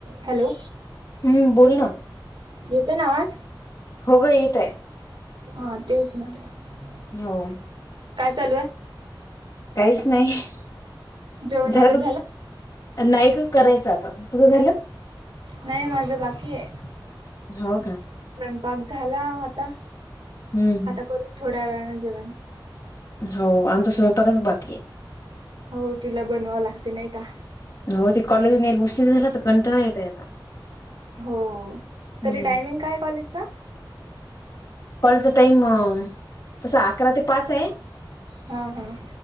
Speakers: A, on the right; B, on the left.
A: Hello
B: हम्म बोल ना.
A: येतोय ना आवाज?
B: हो ग येतय.
A: हा तेच <unintelligible>
B: हो
A: काय चालू आहे?
B: काहीच नाही
A: जेवण
B: झालं
A: वगैरे
B: का तु नाही ग करायचं आता. तुझं झालं?
A: नाही माझं बाकी आहे.
B: हो का.
A: स्वयंपाक झाला आता
B: हम्म हम्म.
A: आता करू थोड्या वेळाने जेवण.
B: हो आमचा स्वयंपाकच बाकी आहे.
A: हो तुला बनवाव लागते नाही का.
B: हो ते कॉलेज मुश्ि <unintelligible> री झाला तर कंटा नाही येतय आता.
A: हो
B: हम्म
A: तरी टायमिंग काय आहे कॉलेजचा.
B: कॉलचा टाइम तस अकरा ते पाच आहे.
A: हां हां.